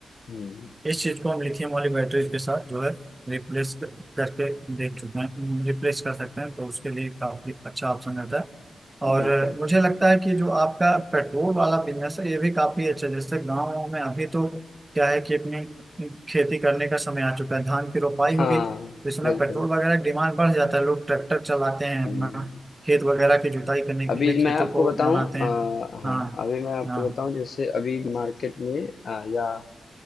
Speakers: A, on the left; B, on the right.
A: हम्म
B: इस चीज को हम लिथियम वाली बैटरीज के साथ जो है रिप्लेस करके देख चुके हैं रिप्लेस कर सकते हैं तो उसके लिए काफी अच्छा ऑप्शन रहता है और
A: बिल्कुल
B: अ, मुझे लगता है कि जो आपका पेट्रोल वाला बिजनेस है ये भी काफी अच्छा है जैसे गाँव में अभी तो क्या है कि अपनी खेती करने का समय आ चुका है धान की रोपाई
A: हाँ
B: होगी तो इसमें
A: बिल्कुल
B: पेट्रोल वगैरह की डिमांड बढ़ जाता है लोग ट्रैक्टर चलाते हैं
A: हम्म
B: अपना खेत वगैरह की जुताई करने
A: अभी
B: के लिए खेतों
A: मैं आपको
B: को
A: बताऊं
B: बनाते
A: अ,
B: हैं तो
A: हाँ
B: हाँ
A: अभी मैं आपको
B: हाँ
A: बताऊं जैसे अभी मार्केट में अ, या